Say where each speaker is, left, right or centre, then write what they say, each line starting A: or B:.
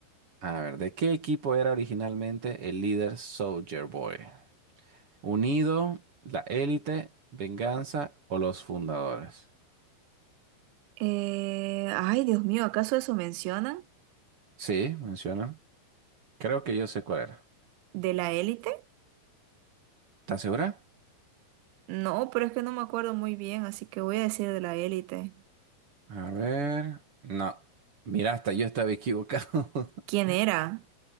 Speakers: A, on the right (about 40°); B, on the right (about 80°).
A: A ver, ¿de qué equipo era originalmente el líder Soldier Boy? ¿Unido, la élite, venganza o los fundadores?
B: Eh, ay, Dios mío, ¿acaso eso mencionan?
A: Sí, menciona. Creo que yo sé cuál era.
B: ¿De la élite?
A: ¿Estás segura?
B: No, pero es que no me acuerdo muy bien, así que voy a decir de la élite.
A: A ver. No. Mira, hasta yo estaba equivocado. <laughs>
B: ¿Quién era?